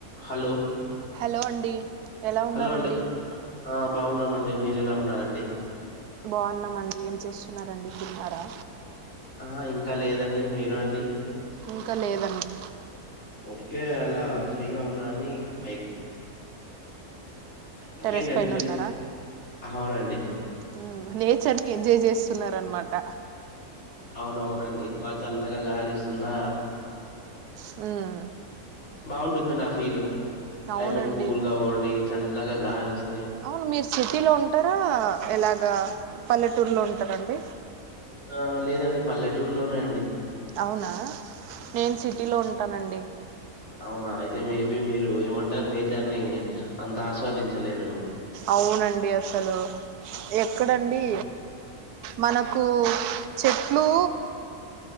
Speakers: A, on the left; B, on the right.
A: Hello
B: hello అండి ఎలా ఉన్నరండి
A: hello అండి ఆ బాగున్నామండి మీరెలా ఉన్నారండి
B: బాగున్నామండి ఏం చేస్తున్నారండి తిన్నారా
A: ఆ ఇంకా లేదండి మీరు అండి
B: ఇంకా లేదండి
A: ఊరకే అలా ఫ్రీగా ఉన్నానని ఇక పై ఇంకేంటండి
B: టెరెస్ పైన
A: ఫెస్ట్
B: ఉన్నారా
A: అవునండి
B: హ్మ్ నేచర్ ని ఎంజాయ్ చేస్తున్నారు రన్మాట
A: అవునవునండి బాగా చల్లగా గాలి వస్తుందా
B: హ్మ్
A: బాగుంటుందండి ఆ ఫీల్ క్లైమేట్
B: అవునండి
A: కూల్గా పోండి చల్లగా గాలోస్త్
B: అవును మీరు సిటీలో ఉంటారా ఇలాగ పల్లెటూరులో ఉంటారండి
A: ఆ లేదండి పల్లెటూరు లోనేయండి
B: అవునా నేను సిటీ లో ఉంటానండి
A: అవునా అయితే మేబ మీరు ఏమంటారు నేచర్ ని అంత ఆస్వాదించలేరేమో
B: అవునండి అసలు ఎక్కడండి
A: హ్మ్.
B: మనకు చెట్లు